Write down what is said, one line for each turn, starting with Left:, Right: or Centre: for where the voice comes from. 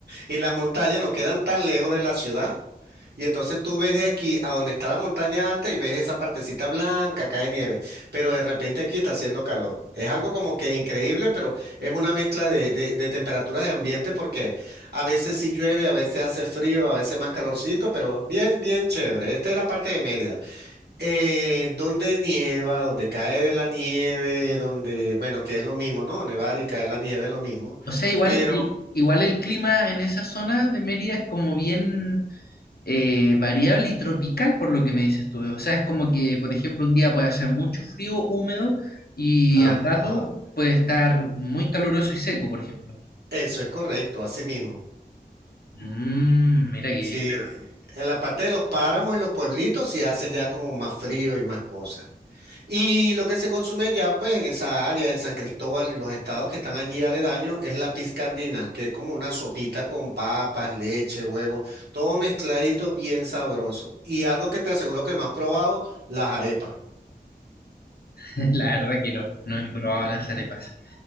Right: Y las montañas no quedan tan lejos de la ciudad. Y entonces tú ves de aquí a donde está la montaña alta y ves esa partecita blanca, cae nieve, pero de repente aquí está haciendo calor. Es algo como que increíble, pero es una mezcla de, de, de temperaturas de ambiente porque a veces sí llueve, a veces hace frío, a veces más calorcito, pero bien, bien chévere. Esta es la parte de Mérida. Eh, donde nieva, donde cae la nieve, donde, bueno, que es lo mismo, ¿no? Nevar y caer la nieve es lo mismo,
Left: O sea, igual
Right: pero,
Left: el, igual el clima en esa zona de Mérida es como bien eh, variable y tropical, por lo que me dices tú. O sea, es como que, por ejemplo, un día puede hacer mucho frío, húmedo, y
Right: ajá,
Left: al rato puede estar muy caluroso y seco, por ejemplo.
Right: eso es correcto, así mismo.
Left: Mm, mira qué
Right: Sí,
Left: bien.
Right: en la parte de los páramos y los pueblitos se hace ya como más frío y más cosas. Y lo que se consume ya pues en esa área, en San Cristóbal y los estados que están allí aledaños, es la pizca andina, que es como una sopita con papas, leche, huevo, todo mezcladito bien sabroso. Y algo que te aseguro que no has probado, las arepas.
Left: <laughs> La verdad que no, no he probado las arepas.